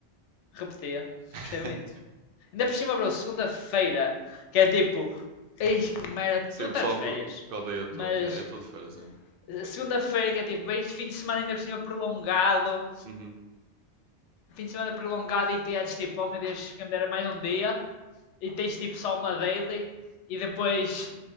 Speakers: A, on the left; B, on the right.
A: repetia.
B: <laughs>
A: Gostei muito. Ainda por cima, bro, segunda-feira, que é tipo, eis que merda,
B: Sim,
A: tu estás
B: o pessoal
A: de férias.
B: que, o- que odeia todo.
A: Mas,
B: Yeah, eu estou de férias ainda.
A: eh, segunda-feira, que é tipo, vens de fim de semana ainda por cima prolongado,
B: Uhum,
A: fim de semana prolongado e tens tipo, oh meu Deus, que me dera mais um dia, e tens tipo só uma daily, e depois